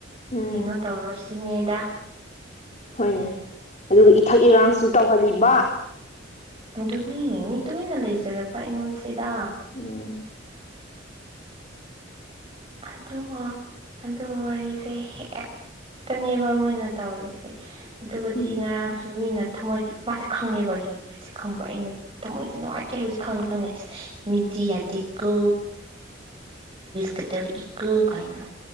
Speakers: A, on the left (about 35°); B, on the right (about 30°).
A: ꯎꯝ
B: ꯀꯩꯅꯣ ꯇꯧꯔꯣꯁꯤ <unintelligible> ꯅꯦꯗ
A: ꯍꯣꯏꯅꯦ ꯑꯗꯨꯒ ꯏꯊꯛ ꯏꯔꯥꯡꯁꯨ ꯇꯧꯍꯜꯂꯤꯕ
B: ꯑꯗꯨꯅꯤ ꯃꯤ ꯇꯨꯃꯤꯟꯅ ꯂꯩꯖꯔꯕ ꯑꯩꯉꯣꯟꯁꯦ ꯁꯤꯗ
A: ꯎꯝ
B: ꯑꯗꯨꯒ ꯑꯗꯨ ꯋꯥꯔꯤꯁꯦ ꯍꯦꯛ ꯇꯅꯦꯕ ꯃꯣꯏꯅ ꯇꯧꯔꯤꯁꯦ ꯑꯗꯨꯒꯗꯤ
A: ꯎꯝ
B: ꯉꯔꯥꯡꯁꯨ ꯃꯤꯅ ꯊꯝꯃꯣꯏ ꯃꯥꯁꯦ ꯈꯪꯉꯦꯕꯔꯤꯞꯁꯦ ꯈꯪꯕ꯭ꯔꯥ ꯑꯩꯅ ꯊꯃꯣꯏꯁꯦ ꯅꯨꯡꯉꯥꯏꯇ꯭ꯔꯦ ꯍꯥꯏꯕꯁꯦ ꯈꯪꯅ ꯈꯪꯅ ꯏꯁ ꯃꯤꯗꯤ ꯌꯥꯗꯦꯀ ꯀꯠꯇꯕꯤ ꯀ ꯀꯥꯏꯅ